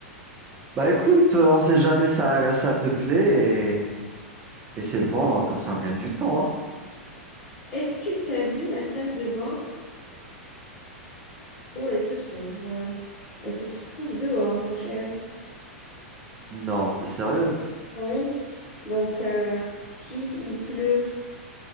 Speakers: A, on the right; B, on the left.
A: Bah écoute, on sait jamais ça, ça te plaît et, et c'est le bon, comme ça on gagne du temps, hein.
B: Est-ce que tu as vu la salle de bain où elle se trouve? euh, elle se trouve dehors, mon cher.
A: Non, t'es sérieuse?
B: Oui. Donc, euh, si il pleut